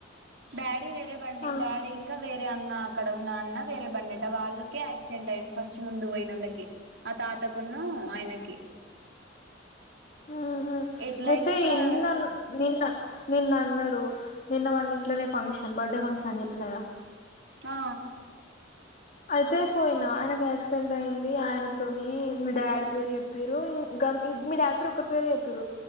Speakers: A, on the right; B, on the left.
A: డాడీ వేరే బండి
B: ఆ
A: డాడీ ఇంకా వేరే అన్న అక్కడ ఉన్న అన్న వేరే బండిట వాళ్ళకే యాక్సిడెంట్ అయింది ఫస్ట్ ముందు పోయినోళ్ళకి ఆ తాతకున్న ఆయనకి
B: ఆహా
A: ఎట్ల
B: అయితే
A: అయింది ఇప్పుడు ఆ
B: నిన్నన్ నిన్న నిన్న అన్నారు నిన్న వాళ్ళ ఇంట్లోనే ఫంక్షన్ బర్త్డే ఫంక్షన్ అని చెప్పినా గా
A: ఆ
B: అయితే పోయిన ఆయనకు యాక్సిడెంట్ అయింది ఆయనతోని మీ డాడీ పేరు చెప్ పేరు మీ యాడ <unintelligible> ఒక్కరి పేరు చెేపిరు